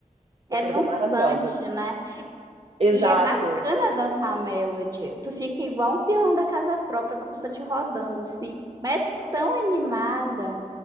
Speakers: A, on the right; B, on the right.
A: uma
B: É
A: coisa
B: dançante,
A: maravilhosa.
B: né?
A: Exato.
B: E é bacana dançar a melody. Tu fica igual um peão da casa própria com a pessoa te rodando assim. Mas é tão animada.